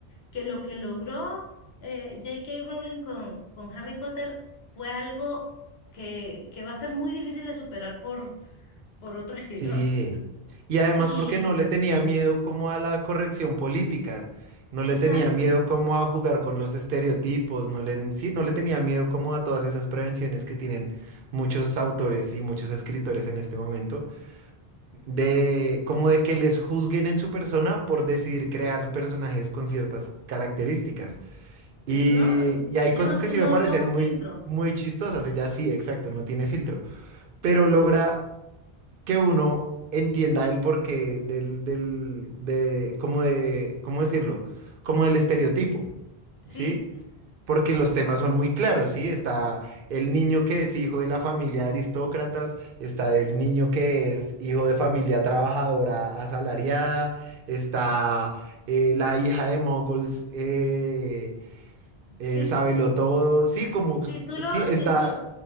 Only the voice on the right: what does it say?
sí. Y además
porque no le tenía miedo como a la corrección política, no le
tenía miedo como a jugar con los estereotipos, no le, sí, no le tenía miedo como a todas esas prevenciones que tienen muchos autores y muchos escritores en este momento, de como de que les juzguen en su persona por decidir crear personajes con ciertas características.
Y,
y hay
cosas
que sí
me parecen
muy,
muy chistosas. Ella sí, exacto, no tiene filtro. Pero logra que uno entienda el porqué del, del, de, como de, ¿cómo decirlo? Como del estereotipo,
¿sí? Porque los temas son muy claros, ¿sí? Está el niño que es hijo de la familia de aristócratas, está el niño que es hijo de familia trabajadora asalariada, está eh, la hija de moguls, eh, eh,
sábelo todo. Sí, como,
sí,
está,